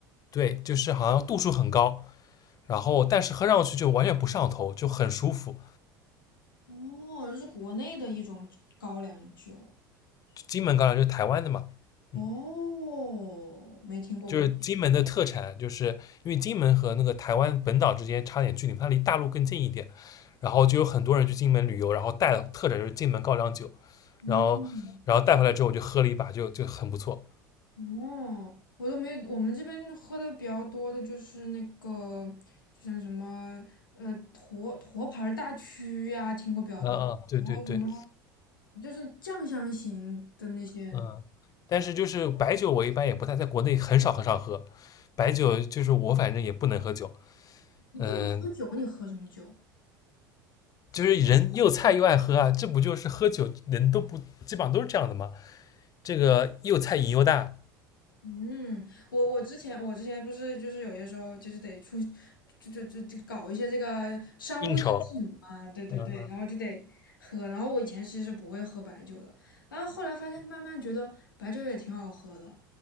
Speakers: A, on the left; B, on the left.
A: 对，就是好像度数很高，然后但是喝上去就完全不上头，就很舒服。
B: 哦，这是国内的一种高粱酒，
A: 金门高粱就是台湾的嘛，
B: 哦，
A: 嗯，
B: 没听过，
A: 就是金门的特产，
B: 我们，
A: 就是因为金门和那个台湾本岛之间差点距离，它离大陆更近一点，然后就有很多人去金门旅游，然后带特产就是金门高粱酒，
B: 嗯。
A: 然后然后带回来之后我就喝了一把，就就很不错。
B: 哦，我都没有，我们这边喝的比较多的就是那个，就像什么呃沱沱牌儿大曲呀、听过比较多。
A: 嗯嗯，对对对，
B: 然后什么就是酱香型的那些，
A: 嗯，但是就是白酒我一般也不太在国内很少很少喝，白酒就是我反正也不能喝酒，
B: 你不能喝酒，
A: 嗯，
B: 你喝什么酒？
A: 就是人又菜又爱喝啊，这不就是喝酒人都不基本上都是这样的吗？这个又菜瘾又大，
B: 嗯，我我之前我之前不是就是有些时候就是得出，就就就就搞一些这个商务宴请嘛，
A: 应酬，
B: 对对对，
A: 嗯嗯
B: 然后就得喝，然后我以前其实是不会喝白酒的，然后后来发现慢慢觉得白酒也挺好喝的，